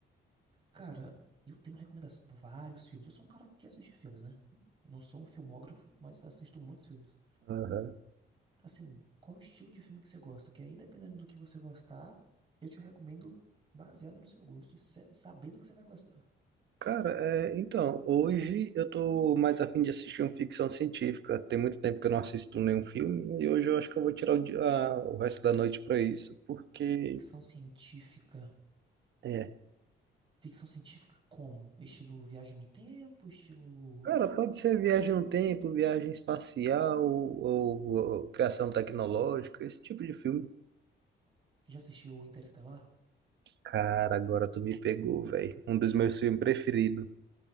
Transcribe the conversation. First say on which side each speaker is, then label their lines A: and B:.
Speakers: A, on the right (about 25°); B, on the right (about 65°).
A: Cara, eu tenho recomendações, vários filmes. Eu sou um cara que assiste filmes, né? Não sou um filmógrafo, mas assisto muitos filmes.
B: Aham.
A: Assim, qual o estilo de filme que você gosta? Que aí, dependendo do que você gostar, eu te recomendo baseado no seu gosto e se- sabendo que você vai gostar.
B: Cara, é, então, hoje eu tô mais afim de assistir uma ficção científica. Tem muito tempo que eu não assisto nenhum filme e hoje eu acho que eu vou tirar o, dia- a- o resto da noite pra isso, porque
A: Ficção científica.
B: é,
A: Ficção científica como? Estilo Viagem no Tempo, estilo...
B: Cara, pode ser viagem no tempo, viagem espacial ou, ou criação tecnológica, esse tipo de filme.
A: Já assistiu Interestelar?
B: Cara, agora tu me pegou, velho. Um dos meus filmes preferidos.